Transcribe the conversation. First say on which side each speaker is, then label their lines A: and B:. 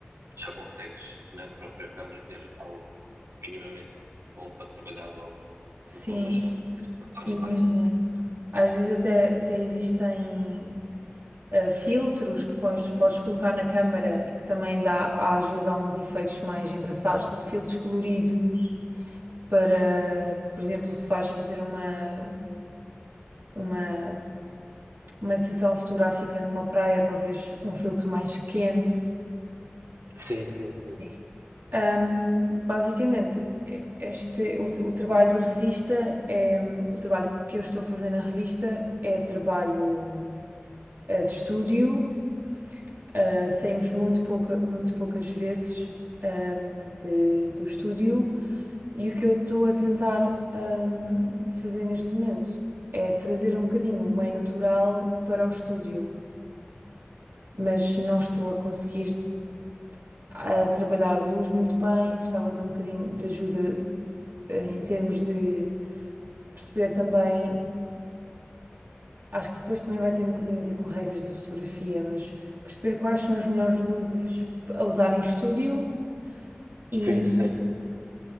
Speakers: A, on the right; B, on the right.
A: já consegues na própria câmara ter algo minimamente bom para trabalhar logo
B: Sim,
A: no Photoshop, e passar
B: e
A: no
B: imagina.
A: Lightroom.
B: Às vezes até, até existem eh, filtros que pões, podes colocar na câmara e que também dá, há- às vezes há uns efeitos mais engraçados, tipo filtros coloridos para, por exemplo, se vais fazer uma, uma, uma sessão fotográfica numa praia, talvez um filtro mais quente.
A: Sim, sim, sim.
B: Sim. Ahm, basicamente, e- este, o, o trabalho de revista é, o trabalho que eu estou a fazer na revista é trabalho. eh, de estúdio, eh, saímos muito pouca, muito poucas vezes ehm, de- do estúdio e o que eu estou a tentar ehm, fazer neste momento é trazer um bocadinho o meio natural para o estúdio, mas não estou a conseguir a trabalhar a luz muito bem, precisava de um bocadinho de ajuda eh, em termos de perceber também, acho que depois também vai ter um bocadinho a ver com regras da fotografia, mas perceber quais são as melhores luzes a usar em estúdio E
A: Sim, sim.